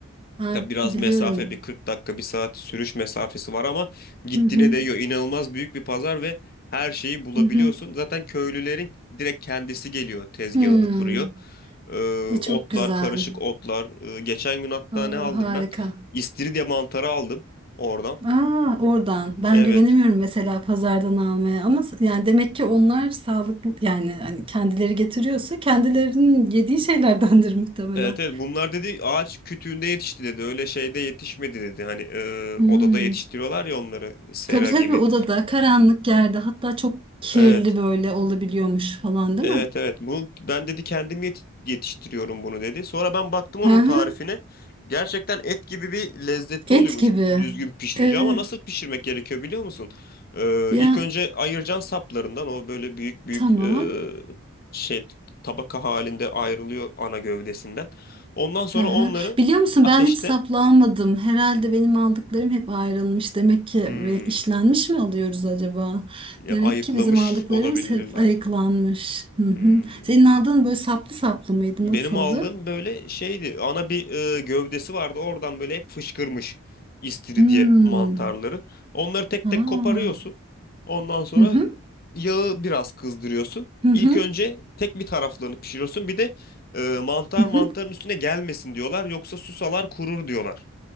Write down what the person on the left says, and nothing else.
Da biraz
mesafe bir 40 dakika bir saat sürüş mesafesi var ama gittiğine
değiyor. İnanılmaz büyük bir pazar ve her şeyi bulabiliyorsun.
Zaten köylülerin direkt kendisi geliyor tezgahını
kuruyor. Ee,
otlar
karışık otlar. Ee, geçen gün hatta
ne aldım
ben? İstiridye mantarı aldım oradan.
Evet.
Evet evet bunlar dedi ağaç kütüğünde yetişti dedi öyle şeyde yetişmedi dedi hani e,
odada yetiştiriyorlar ya onları sera
gibi.
Evet.
Evet
evet bu ben dedi kendim yet- yetiştiriyorum bunu dedi. Sonra ben baktım
onun
tarifine. Gerçekten et gibi bir lezzeti
oluyormuş
düzgün pişirince
ama nasıl pişirmek gerekiyor biliyor musun? Ee,
ilk önce ayıracaksın saplarından o böyle büyük büyük
e, şey tabaka halinde ayrılıyor ana gövdesinden. Ondan sonra
onları
ateşte
hmm,
ya
ayıklamış
olabilirler.
Hmm.
Benim
aldığım böyle şeydi. Ana bir e, gövdesi vardı. Oradan böyle hep fışkırmış istiridye
mantarları. Onları tek
tek koparıyorsun. Ondan sonra
yağı biraz kızdırıyorsun.
İlk önce tek bir taraflarını pişiriyorsun. Bir de e, mantar
mantarın üstüne gelmesin diyorlar. Yoksa susalar kurur diyorlar.